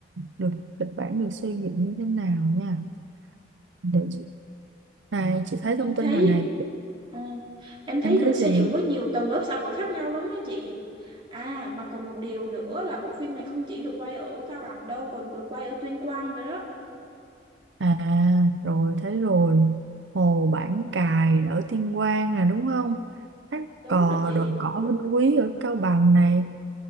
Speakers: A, on the right (about 75°); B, on the right (about 25°).
A: được kịch bản được xây dựng như thế nào nha để chị này chị thấy
B: Em
A: thông tin
B: thấy
A: rồi này
B: ờ, em thấy
A: em thấy
B: được
A: gì
B: xây dựng với nhiều tầng lớp xã hội khác nhau lắm đó chị. À mà còn một điều nữa là bộ phim này không chỉ được quay ở Cao Bằng đâu còn được quay ở Tuyên Quang nữa đó.
A: à rồi thấy rồi Hồ Bản Cài ở Tuyên Quang nè đúng không thác
B: Đúng
A: cò
B: rồi chị.
A: đồi cỏ Vinh Quý ở Cao Bằng này